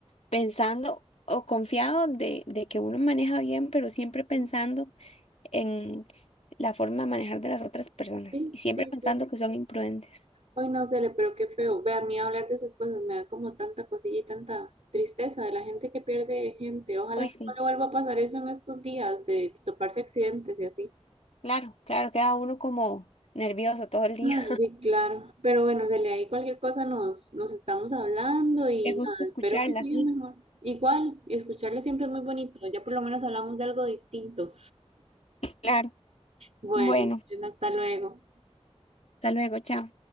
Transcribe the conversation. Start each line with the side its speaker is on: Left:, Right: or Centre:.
Left: pensando o confiado de, de que uno maneja bien, pero siempre pensando.
Right: Sí,
Left: en la forma de manejar de las otras personas
Right: sí,
Left: y siempre
Right: sí.
Left: pensando
Right: sí.
Left: que son imprudentes.
Right: ay no cele pero qué feo. Ve, a mí hablar de esas cosas me da como tanta cosilla y tanta tristeza de la gente que pierde gente. Ojalá
Left: Hoy
Right: que
Left: sí,
Right: no le vuelva a pasar eso en estos días de toparse accidentes y así.
Left: claro, claro, queda uno como nervioso todo el día.
Right: Ay, sí, claro. Pero bueno, cele ahí cualquier cosa nos, nos estamos hablando
Left: <laughs>
Right: y
Left: Qué gusto
Right: nada,
Left: escucharla,
Right: espero que siga
Left: sí,
Right: mejor. Igual, escucharle siempre es muy bonito. Ya por lo menos hablamos de algo distinto.
Left: claro.
Right: Bueno,
Left: Bueno,
Right: hasta luego.
Left: hasta luego, chao.